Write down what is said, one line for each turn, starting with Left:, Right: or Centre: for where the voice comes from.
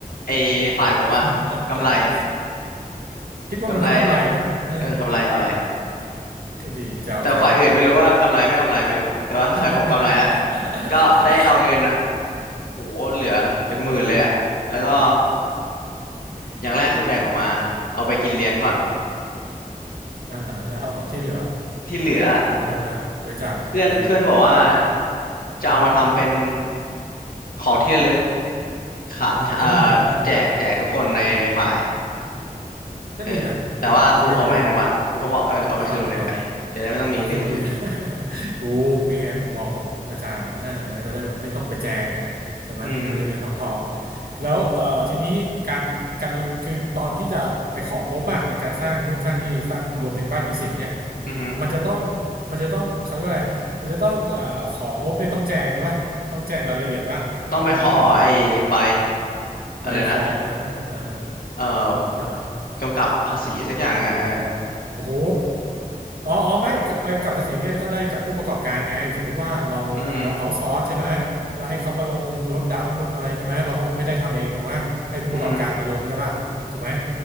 Left: ไอ้ฝ่ายผมอ่ะกำไร
Right: <laughs> คิดว่ามันต้องกำไรนะเออ
Left: กำไรเออกำไรกำไร
Right: ก็ดีแจ๋วแจ๋ว
Left: แต่ฝ่ายอื่นไม่รู้ว่ากำไรไม่กำไรไม่รู้แต่ว่าฝ่ายผมกำไรละ
Right: <laughs>
Left: ก็ได้เอาเงินอ่ะโหเหลือเป็นหมื่นเลยอ่ะแล้วก็อย่างแรกคือแบ่งออกมาเอาไปกินเลี้ยงก่อน
Right: อ่าแล้วที่เหลือ
Left: <laughs> ที่เหลืออะ
Right: เหลือทำอะไรบริจาคโรงเรียน
Left: เพื่อนเพื่อนบอกว่าจะเอามาทำเป็น
Right: ฮะ
Left: ของที่ระลึกค่ะเอ่อ
Right: อ่าก็ดีนี่ก็ดี
Left: แจกแจกทุกคนในในฝ่าย
Right: ก็ดีนะก็ดีนะกูได้เดีย
Left: เออแต่ว่าครูเขาไม่อนุมัติครูเขาบอกเออเอาไปคืนโรงเรียนไปจะได้ไม่ต้องมีเรื่องเยอะ
Right: อ่าวเหรอ เอาคือลงไปยน <laughs> ถูกนี่ไงมุมมองของอาจารย์นะเออก็จะได้แบบไม่ต้องไปแจงไงใช่ไหมเรื่องเงินเงินทองทอง
Left: อืม
Right: แล้วเอ่อทีนี้การการคือตอนที่จะไปของงบอะในการสร้างนู่นสร้างนี่สร้างรวมถึงบ้านผีสิงเนี่ย
Left: อือ
Right: มันจะต้องมันจะต้องเขาเรียกว่าอะไรมันจะต้องเอ่อของงบเนี่ยต้องแจงป่ะต้องแจงรายละเอียดป่ะว่าเออ
Left: ต้องไปขอไอ้ใบ
Right: ใบฟอร์มอะไรป่ะเออ
Left: อะไรนะเอ่อ
Right: ใช่ไหม
Left: กำกับภาษีสักอย่างหนึ่งอ่ะเออ
Right: โอ้โหอ๋ออ๋อไม่ก็ใบกำกับภาษีเนี่ยก็ได้จากผู้ประกอบการไงสมมุติว่าเราเราเอาซอร์สใช่ไหมเราให้เขามาลงรถดำรถอะไรใช่ไหมเราก็คงไม่ได้ทำเองถูกไหมให้ผู้ประกอบการมาลงใช่ป่ะถูกไหม
Left: อืมอืม